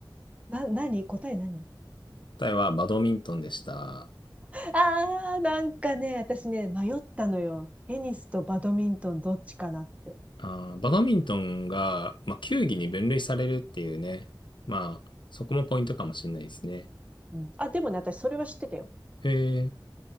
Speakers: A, on the right; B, on the left.
A: な、なに答え何
B: 答えはバドミントンでした。
A: ああ、なんかね、私ね、迷ったのよ。テニスとバドミントンどっちかなって。
B: あー、バドミントンが、まあ、球技に分類されるっていうね。まあ、そこもポイントかもしれないですね。
A: うん。あ、でもね、私それは知ってたよ。
B: へえ、